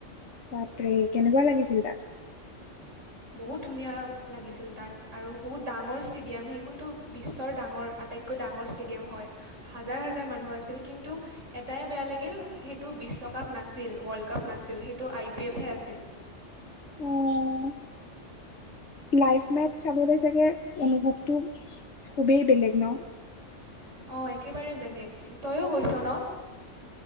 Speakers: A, on the left; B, on the right.
A: বাপৰে কেনেকুৱা লাগিছিল তাত?
B: বহুত ধুনীয়া লাগিছিল তাত আৰু বহুত ডাঙৰ ষ্টেডিয়াম সেইখনতো বিশ্বৰ ডাঙৰ আটাইতকৈ ডাঙৰ ষ্টেডিয়াম হয়। হাজাৰ হাজাৰ মানুহ আছিল কিন্তু এটাই বেয়া লাগিল সেইটো বি বিশ্বকাপ নাছিল ৱৰ্ল্ড কাপ নাছিল সেইটো আই পি এলহে আছিল।
A: অ লাইভ মেথচ চাবলৈ চাগে অনুভৱটো খুবেই বেলেগ ন।
B: অ', একেবাৰে বেলেগ, তইয়ো গৈছ ন?